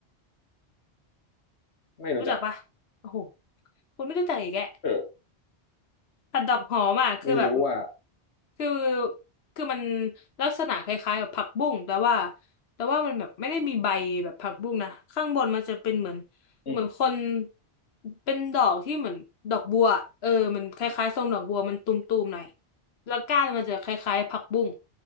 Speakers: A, on the left (about 80°); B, on the left (about 70°).
A: ไม่รู้จัก
B: รู้จักปะโอ้โหคุณไม่รู้จักอีกแก
A: เออ
B: ผัดดอกหอมอ่ะคือแบบ
A: ไม่รู้ว่า
B: คือคือมันลักษณะคล้ายๆกับผักบุ้งแต่ว่าแต่ว่ามันแบบไม่ได้มีใบแบบผักบุ้งนะข้างบนมันจะเป็นเหมือน
A: อืม
B: เหมือนคนเป็นดอกที่เหมือนดอกบัวเออมันคล้ายๆทรงดอกบัวมันตุมๆหน่อยแล้วก้านมันจะคล้ายๆผักบุ้ง